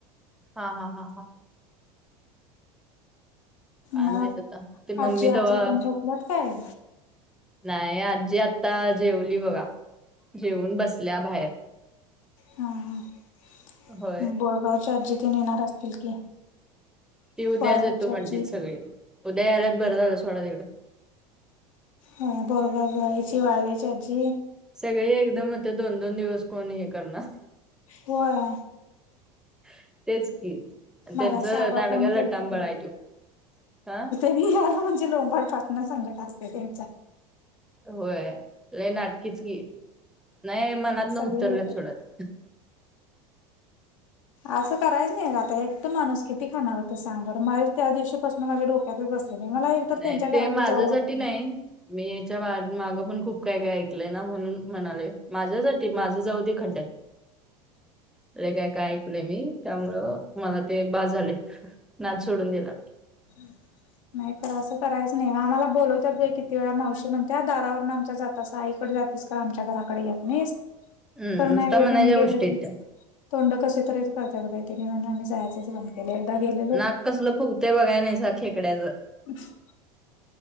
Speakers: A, in the centre; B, on the left (about 75°).
A: हा हा हा हा. काय
B: मग
A: माहित आता ते मम्मी
B: आजी आजजा
A: तेव्हा
B: त्यांच्यात आपल्यात काय.
A: नाही आजी आता जेवली बघा जेऊन बसल्या बाहेर.
B: हम्म
A: होय
B: बोरगावच्या आजी पण येणार असतील की.
A: ती उद्याच
B: वाळव्याची
A: येतो म्हणजेच
B: आजी.
A: सगळी उद्या यायलात बरं झालं सोडा तिकडं.
B: हो बोरगयची वाढयची आजी
A: सगळे एकदमता दोन दोन दिवस कोण हे करणार.
B: व्हय.
A: <inaudible> तेच की
B: मगाशी
A: त्यांचं
B: आबा
A: दांडगा
B: फोन
A: लटाबळायटो
B: केलत
A: हा.
B: आलं म्हणजे लोंबाड फाटणं संकट असते त्यांच्या
A: होय ल नाटकीच गी नाही मनात
B: सगळे
A: न उतरलं
B: येतात.
A: थोडत
B: असं करायच नाही आता एक तर माणूस किती खाणार होत सांग बरं माझे त्या दिवशीपासून माझ्या डोक्यातच बसत मला एक तर
A: नाही
B: त्यांच्या घराकडे
A: ते माझ्यासाठी
B: जाऊ वाटत नाही.
A: मी याच्या माग पण खूप काय काय ऐकलंय ना म्हणून म्हणाले माझ्यासाठी माझ जाऊ ते खड्ड्यात.
B: <inaudible>
A: काय काय ऐकलंय मी त्यामुळं मला ते बाज झाले नाच सोडून दिला.
B: हम् नाही तर असं करायचं नाही आम्हाला बोलवत किती वेळा मावशी म्हणत दारावरून आमच्या जाता सा आईकडे जात. तिच का आमच्या घराकडे येत नाहीस
A: हम्म
B: कर नाही
A: नुसता
B: व
A: म्हणायच्या
B: त्याने गेलं
A: गोष्टी
B: की,
A: आहेत त्या
B: तोंड कशी तरीच करतात बाहि त म्हणून आम्ही जायच बंद केलं एकदा गेले.
A: नाक कसलं फुगतय बघाय नाहीसा खेकड्याचं,
B: अच्